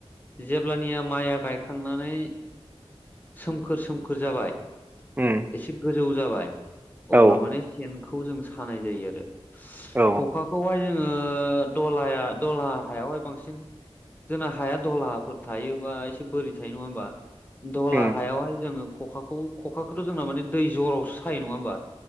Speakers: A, on the left; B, on the right.
A: जेब्लानिआ माइआ गायखांनानै सोमखोर सोमखोर जाबाय
B: उम
A: एसे गोजौ जाबाय
B: औ
A: अब्ला माने सेनखौ जों सानाय जायो आरो।
B: औ
A: खखाखौहाय जोङो दलाया दला हायावहाय बांसिन जोंना हाया दहलाफोर थायोबा एसे बोरि थायो नङा होमबा? दलहा
B: उम
A: हायावहाय जोङो खखाखौ खखाखौथ' जोंना माने दै जरावसो सायो नङा होमबा?